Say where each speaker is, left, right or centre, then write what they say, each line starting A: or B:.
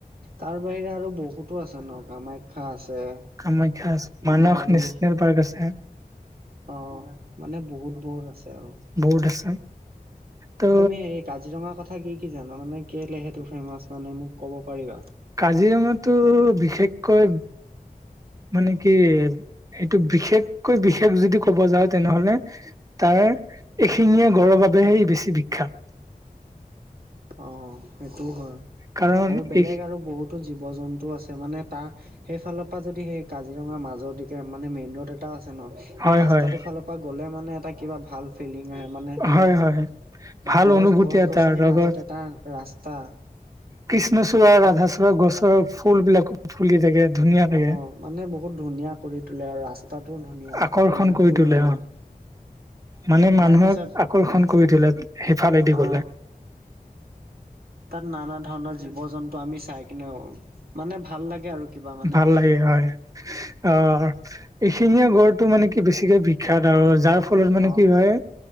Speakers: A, on the right (about 85°); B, on the right (about 20°).
A: তাৰ বাহিৰে আৰু বহুতো আছে ন কামাখ্যা, আছে।
B: কামাখ্যা আছে,
A: মানে
B: মানস
A: আৰু
B: নেশচনেল পাৰ্ক আছে।
A: অ' মানে বহুত - বহুত আছে আৰু।
B: বহুত আছে। ত'
A: তুমি এই কাজিৰঙাৰ কথা কি কি জানা মানে কেলে সটো ফেমাচ মানে মোক ক'ব পাৰিবা?
B: কাজিৰঙাতো বিশেষকৈ। মানে কি এইটো বিশেষকৈ বিশেষ যদি ক'ব যা তেনেহলে। তাৰ এশিঙীয়া গঁড়ৰ বাবেহে বেছি বিখ্যাত।
A: অ' সেইটোও হয়।
B: কাৰণ
A: আৰু বেলেগ
B: এই
A: আৰু বহুতো জীৱ জন্তু আছে মানে তাৰ সেইফালৰ। তাৰপৰা যদি সেই কাজিৰঙা মাজৰ দিকে মানে মেইন ৰোড এটাও আছে ন, সেই
B: হয়
A: ৰাস্তাটোৰ
B: হয়
A: ফালৰ পৰা। পৰা গ'লে মানে এটা কিবা ভাল। ফিলিং আহে মানে,
B: হয় হয় ভাল
A: গছ,
B: অনুভূতি
A: গছ-গছনি
B: এটা লগত
A: মাজতে এটা। ৰাস্তা।
B: কৃষ্ণচূড়া আৰু ৰাধাচূড়া গছৰ ফুলবিলাকো ফুলি থাকে ধুনীয়া লাগে।
A: অ মানে বহুত ধুনীয়া কৰি তোলে আৰু ৰাস্তাটোও ধুনীয়া
B: আকৰ্ষণ
A: পৰিৱেশটোও
B: কৰি তোলে
A: ধুনীয়া।
B: অ মানে মানুহক
A: তাৰপিছত
B: আকৰ্ষণ কৰি তোলে সেইফালেদি
A: অ
B: গলে।
A: তাত নানা ধৰণৰ জীৱ-জন্তু আমি চাইকেনেও ভাল লাগে। লগে আৰু। কিবা মানে
B: ভাল লাগে হয়। অ' এশিঙীয়া গঁড়টো মানে কি বেছিকে বিখ্যাত আৰু যাৰ। ফলত মানে
A: অ
B: কি হয়।